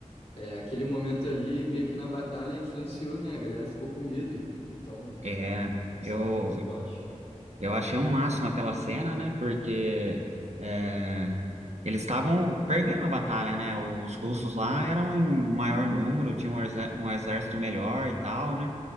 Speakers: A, on the left; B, on the right.
A: É, aquele momento ali, meio que na batalha, influenciou, né? A galera ficou com medo. Então,
B: é.
A: isso
B: Eu,
A: era muito forte.
B: eu achei um máximo aquela cena, né? Porque é, eles estavam perdendo a batalha, né? Os russos lá eram em maior número, tinham um exé- um exército melhor e tal, né?